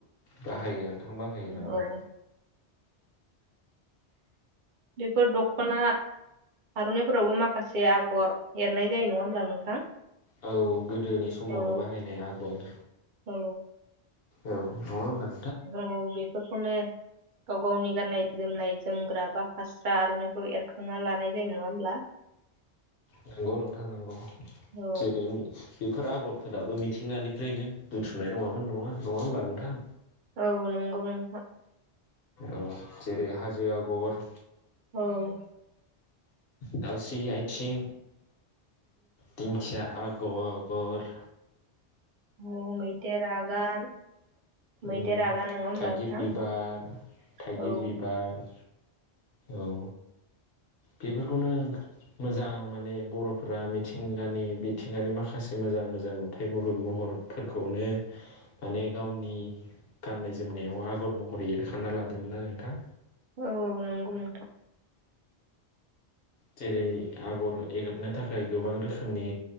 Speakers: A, on the left; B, on the right.
A: बाहायो नोंथां बाहायो नंगौ।
B: औ बेफोर दखना आर'नाइफोरावबो माखासे आगर एरनाय जायो नङा होमब्ला नोंथां?
A: खौ गोदोनि समावनो
B: औ
A: बाहायनाय आगर।
B: औ
A: औ नङा होनबा?
B: औ बेफोर खौनो गाव गावनि गाननाय जोमनाय जोमग्रा बा फास्रा आर'नाइखौ एरखांना लानाय जायोमोन नङा होमब्ला?
A: नंगौ नोंथां नंगौ
B: औ
A: जेरै बेफोर आगर फोराबो मिथिंगानिफ्रायनो बुथुमनाय नङामोन नङा नङा होमबा नोंथां?
B: औ नंगौ नोंथां
A: औ जेरै हाजो आगर
B: औ
A: दाउस्रि आथिं दिंखिया आगर गर
B: अ मैदेर आगान मैदेर
A: उम
B: आगान नङा होमब्ला
A: थाइगिर
B: नोंथां
A: बिबार थाइगिर
B: औ
A: बिबार औ बेफोरखौनो मोजां माने बर'फोरा मिथिंगानि बिथिंगानि माखासे मोजां मोजां नुथाय म महरफोरखौनो माने गावनि गाननाय जोमनायाव आगर महर एरखाना लादोंमोन ना नोंथां
B: औ नंगौ नोंथां
A: जेरै आगर एगबनो थाखाय गोबां रोखोमनि